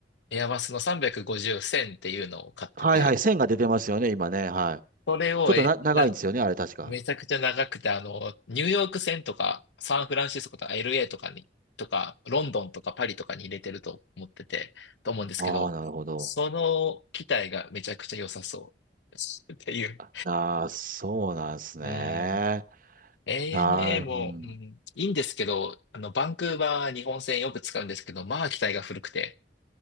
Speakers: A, on the left (about 80°); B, on the right (about 50°).
A: エアバスの350線っていうのを買ってて、
B: はいはい。線が出てますよね、今ね。はい。
A: それをえ、
B: ちょっとな、長いんですよね、
A: なん、
B: あれ確か。
A: めちゃくちゃ長くて、あの、ニューヨーク線とか、サンフランシスコとか LA とかに、とか、ロンドンとかパリとかに入れてると思ってて、と思うんですけど、
B: ああ、なるほど。
A: その機体がめちゃくちゃ良さそう <laughs> っていう。
B: ああ、そうなんですね。
A: うん。ANA
B: なあ、うん。
A: も、うん、いいんですけど、あの、バンクーバー日本線よく使うんですけど、まあ、機体が古くて。